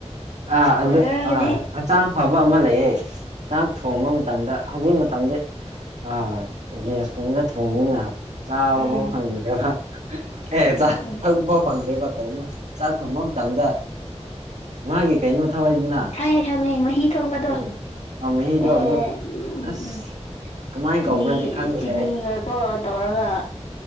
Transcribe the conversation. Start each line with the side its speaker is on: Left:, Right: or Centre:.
Right: ꯑꯥ
Left: ꯕꯣꯏꯂꯔꯒꯗꯤ
Right: ꯑꯗꯨ ꯑꯥ ꯍꯛꯆꯥꯡ ꯐꯕ ꯑꯃ ꯂꯩꯌꯦ ꯆꯥꯛ ꯊꯣꯡꯕ ꯃꯇꯝꯗ ꯍꯧꯖꯤꯛ ꯃꯇꯝꯗꯤ ꯑꯥ ꯒ꯭ꯦꯁꯀꯨꯝꯕꯅ ꯊꯣꯡꯅꯤꯅ ꯆꯥꯕ
Left: ꯎꯝ
Right: ꯐꯥꯎ ꯐꯪꯗ꯭ꯔꯦꯕ ꯑꯦ
Left: ꯎꯝ
Right: ꯆꯥ
Left: ꯎꯝ ꯎꯝ
Right: ꯊꯛꯄ ꯐꯥꯎ ꯐꯪꯗ꯭ꯔꯦꯕ ꯀꯩꯅꯣ ꯐꯪꯕ ꯃꯇꯝꯗ ꯃꯥꯒꯤ ꯀꯩꯅꯣ ꯊꯧꯋꯦꯗꯅ
Left: ꯈꯪꯉꯦ ꯈꯥꯡꯉꯦ ꯃꯍꯤ ꯊꯣꯛꯔꯛꯄꯗꯣ
Right: ꯎꯝ ꯑ ꯃꯍꯤꯗꯣ
Left: ꯑꯦ
Right: ꯑꯗꯣ
Left: ꯎꯝ
Right: ꯑꯁ
Left: ꯎꯝ
Right: ꯀꯃꯥꯏꯅ
Left: ꯆꯤꯅꯤ
Right: ꯀꯧꯕ꯭ꯔꯗꯤ ꯈꯪꯗ꯭ꯔꯦ
Left: ꯆꯤꯅꯤꯒꯀꯣ
Right: ꯑꯩ
Left: ꯇꯧꯔꯒ